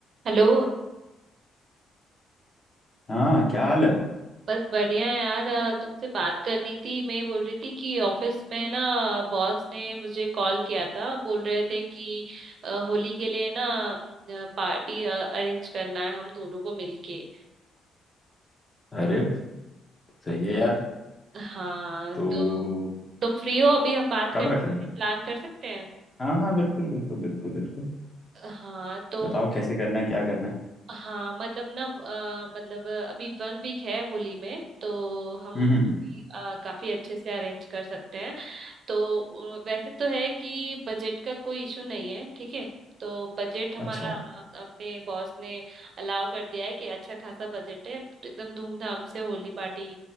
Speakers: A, on the right; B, on the left.
A: Hello
B: हाँ क्या हाल है
A: बस बढ़िया है यार अ, तुमसे बात करनी थी मैं बोल रही थी कि ऑफिस में ना बॉस ने मुझे कॉल किया था बोल रहे थे कि अ, होली के लिए ना पार्टी अरेंज करना है हम दोनों को मिलके
B: अरे सही है यार
A: हाँ
B: तो
A: तो तुम फ्री हो अभी हम बात कर
B: कब रख रहे हैं
A: प्लान कर सकते हैं
B: हाँ हाँ बिल्कुल बिल्कुल बिल्कुल बिल्कुल
A: हाँ तो
B: बताओ कैसे करना है क्या करना है
A: हाँ मतलब ना अ, मतलब अ, अभी वन वीक है होली में तो हम
B: हम्म
A: अभी,
B: हम्म हम्म,
A: अ, काफी अच्छे से अरेंज कर सकते हैं तो अ, वैसे तो है कि बजट का कोई इशू नहीं है ठीक है तो बजट हमारा
B: अच्छा
A: अ, अपने बॉस ने अलाउ कर दिया है कि अच्छा खासा बजट है तो एकदम धूमधाम से होली पार्टी